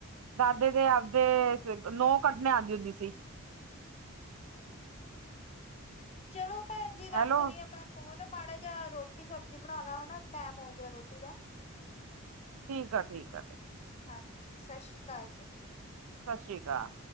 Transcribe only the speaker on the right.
ਦਾਦੇ ਦੇ ਆਪਦੇ ਨੂੰਹ ਕੱਢਣੇ ਆਉਂਦੀ ਹੁੰਦੀ ਸੀ
ਹੈਲੋ
ਠੀਕ ਆ। ਠੀਕ ਆ।
ਸਤਿ ਸ਼੍ਰੀ ਅਕਾਲ।